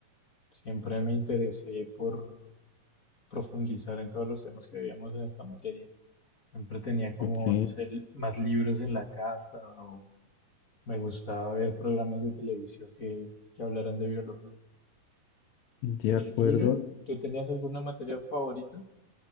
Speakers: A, on the left (about 30°); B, on the left (about 70°).
A: Siempre me interesé por profundizar en todos los temas que veíamos en esta materia. Siempre tenía como,
B: Ok,
A: no sé, l- más libros en la casa o me gustaba ver programas de televisión que, que hablaran de biología.
B: de
A: ¿Y
B: acuerdo.
A: el tuyo? ¿Tú tenías alguna materia favorita?